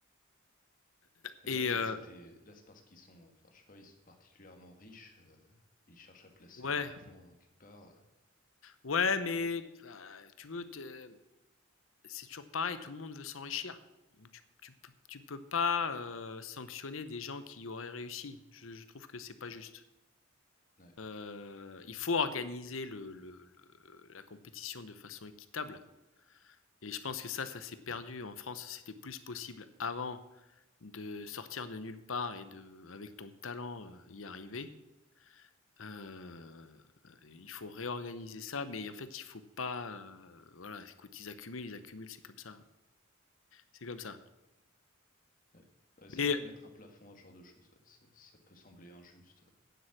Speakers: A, on the left (about 40°); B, on the left (about 80°).
A: Mais
B: Et
A: là, ils
B: euh,
A: étaient. Là, c'est parce qu'ils sont. Enfin, je sais pas, ils sont particulièrement riches. euh, ils cherchent à placer
B: ouais,
A: leur argent euh, quelque part. euh.
B: ouais, mais bah, tu veux, t'es- c'est toujours pareil. Tout le monde veut s'enrichir. Donc, Tu, tu, peux- tu peux pas euh, sanctionner des gens qui auraient réussi. Je, je trouve que c'est pas juste.
A: Ouais.
B: Euh, il faut organiser le, le- le- la compétition de façon équitable. Et je pense que ça, ça s'est perdu. En France, c'était plus possible avant de sortir de nulle part et de, avec ton talent, euh, y arriver. Euh, il faut réorganiser ça, mais en fait, il faut pas. euh, voilà, écoute, ils accumulent, ils accumulent, c'est comme ça, c'est comme ça.
A: ouais. Ouais, c'est
B: Mais,
A: dur de mettre un plafond à ce genre de choses. ouais, Ça, ça peut sembler injuste.